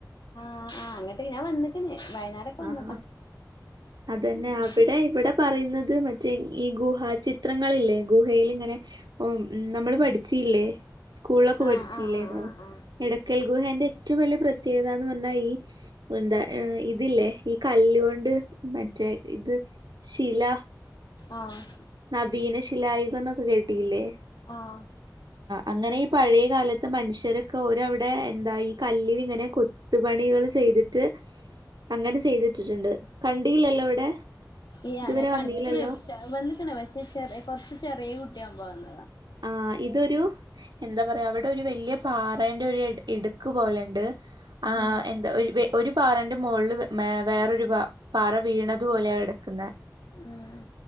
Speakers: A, on the left; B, on the right.
A: ആഹ് ആഹ് അങ്ങോട്ടേ ഞാൻ വന്നിക്കണ്. വയനാടൊക്കെ വന്നതാ
B: ആഹ് അത് തന്നെ
A: ഉം
B: അവിടെ ഇവിടെ പറയുന്നത് മറ്റേ ഈ ഗുഹാ ചിത്രങ്ങളില്ലേ ഗുഹേല് ഇങ്ങനെ നമ്മൾ പഠിച്ചീല്ലേ സ്കൂളിലൊക്കെ
A: ആഹ്
B: പഠിച്ചില്ലേന്നോ
A: ആഹ് ആഹ് ആഹ്
B: എടക്കൽ ഗുഹേന്റെ ഏറ്റവും വലിയ പ്രത്യേകത എന്ന് പറഞ്ഞാ ഈ എന്താ ഇ ഇതില്ലേ ഈ കല്ലുകൊണ്ട് മറ്റേ ഇത് ശില
A: ആഹ്
B: നവീന ശിലായുഗം എന്നൊക്കെ കേട്ടിയില്ലേ.
A: ആഹ് ആഹ്
B: അങ്ങനെ ഈ പഴയ കാലത്ത് മനുഷ്യരൊക്കെ ഓരവിടെ എന്തായി കല്ലിലിങ്ങനെ കൊത്തുപണികള് ചെയ്തിട്ട് അങ്ങനെ ചെയ്തിട്ടിട്ടുണ്ട് കണ്ടീല്ലല്ലോ ഇവിടെ
A: അയ്യ
B: ഇതുവരെ
A: ഞാൻ കണ്ടിക്കണ്
B: വന്നീലല്ലോ
A: വന്ന്ക്കണ് പക്ഷെ ചെറ കുറച്ച് ചെറിയ കുട്ടിയാകുമ്പോണ്.
B: ആഹ് ഇതൊരു എന്താ പറയാ അവി ഒരു വലിയ പാറെന്റെ ഒരു ഇടുക്ക് പോലെണ്ട് ആ
A: ഉം
B: എന്താ ഒരു ഒരു പാറന്റെ മോളില് വേറൊരു പാറ വീണതു പോലെയ കിടക്കുന്നെ.
A: ഉം